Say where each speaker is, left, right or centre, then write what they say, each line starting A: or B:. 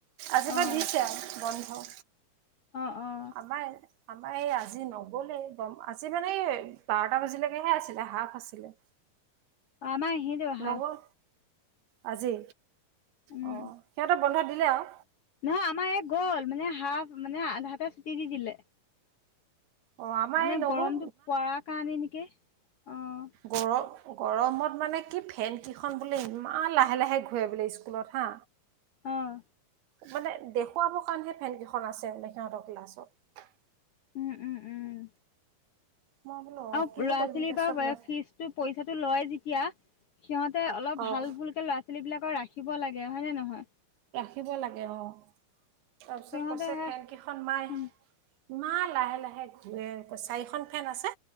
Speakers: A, on the right (about 85°); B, on the left (about 60°).
A: আজি
B: অ
A: বা দিছে আৰু বন্ধ।
B: অ', অ'।
A: আমাৰ আমাৰ এই আজি নগলে গম আজি মানে এই বাৰটা বজিলৈকেহে আছিলে, হাফ আছিলে।
B: আমৰ সেই, দেৱ হা
A: নগ'ল আজি,
B: উম,
A: অ, সিহঁতে বন্ধ দিলে আৰু।
B: নহয় আমাৰ এই গ'ল মানে, হাফ মানে আ, হাতে চুটি দি, দিলে।
A: অঁ আমাৰ
B: মানে
A: এই নগ'ল
B: গৰমতটো পাৰ কাৰণে নেকি। অ',
A: গৰম গৰমত মানে কি ফেন কিখন বোলে ইমান লাহে, লাহে ঘূৰা বোলে স্কুলত। হা
B: অ',
A: মানে দেখুৱাবৰ কাৰণেহে ফেন কেইখন আছে মানে সিহঁতৰ ক্লাছত।
B: উম, উম, উম।
A: মই বোলো অঁ
B: অ,
A: কিনো
B: ল'ৰা,
A: কৰিবি
B: ছোৱালীৰ
A: এতিয়া চব
B: পৰা
A: ল'ৰা
B: ফিজটো, পইচাটো লয় যেতিয়া সিহঁতে অলপ
A: অঁ
B: ভাল বুলকে ল'ৰা ছোৱালী বিলাকৰ ৰাখিব লাগে, হয়, নে, নহয়।
A: থাকিব লাগে। অ, তাৰপিছত
B: সিহঁতে
A: কৈছে
B: হে
A: ফেন কেইখন নাই।
B: উম,
A: ইমান লাহে, লাহে ঘূৰে। চাৰিখন ফেন আছে